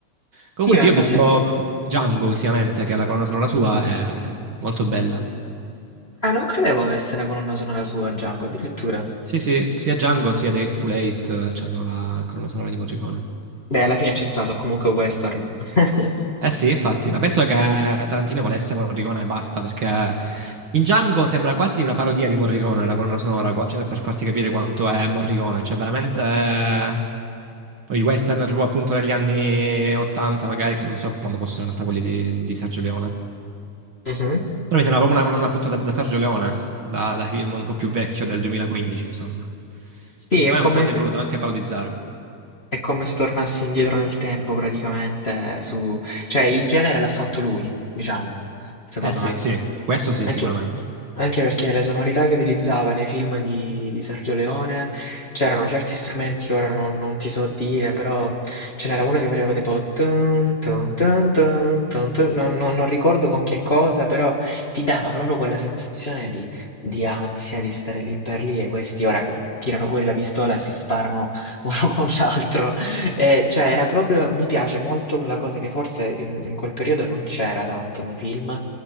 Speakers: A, on the right; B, on the left.
A: Comunque
B: io
A: sì,
B: infatti,
A: io ho visto mh, Django ultimamente, che è la colonna sonora sua, è molto bella.
B: ah, non credevo avesse la colonna sonora sua, Django, addirittura.
A: Sì, sì, sia Django sia The Hateful Eight eh, hanno la colonna sonora di Morricone.
B: Beh, alla fine ci sta, so comunque western. <laughs>
A: Eh sì, infatti, ma penso che Tarantino volesse Morricone e basta, perché in Django sembra quasi una parodia di Morricone, la colonna sonora, qua- cioè, per farti capire quanto è Morricone, cioè veramente eh, poi i western proprio appunto degli anni 80 magari, che non so quando fossero in realtà quelli di, di Sergio Leone.
B: Mhm.
A: Però mi sembra proprio una colonna appunto da, da Sergio Leone, da, da film un po' più vecchio del 2015, insomma.
B: Sì,
A: Quindi
B: è
A: secondo
B: come
A: me un po' si
B: se,
A: è voluto anche parodizzare.
B: è come se tornassi indietro nel tempo praticamente, su... cioè il genere l'ha fatto lui, diciamo, secondo
A: Eh sì,
B: me.
A: sì, questo sì,
B: Anche,
A: sicuramente.
B: anche perché le sonorità che utilizzava nei film di, di Sergio Leone c'erano certi strumenti che ora non, non ti so dire, però ce n'era una che faceva tipo tun, tun, tun, tun, tun, tun. non, non- non ricordo con che cosa, però ti dava proprio quella sensazione di, di ansia di stare lì per lì e questi ora tirano fuori la pistola e si sparano <laughs> uno con l'altro. E, cioè, era proprio, mi piace molto quella cosa che forse in in quel periodo non c'era tanto nei film